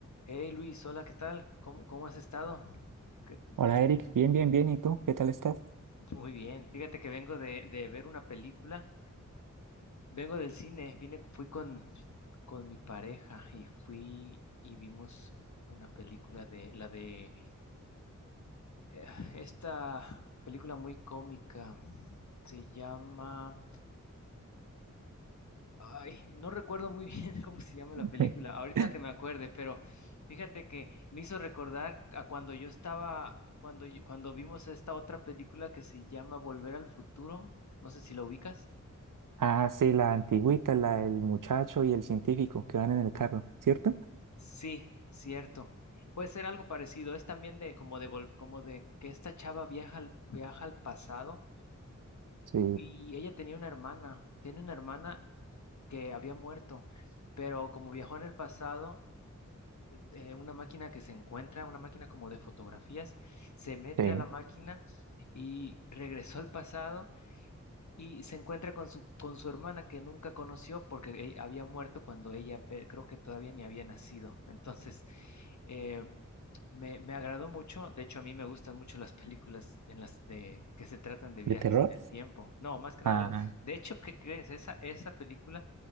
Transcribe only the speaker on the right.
Hola
Eric, bien, bien, bien. ¿Y tú? ¿Qué tal estás?
<laughs>
Ah, sí, la antigüita, la del muchacho y el científico que van en el carro, ¿cierto?
Sí,
sí.
¿De terror?
Ah,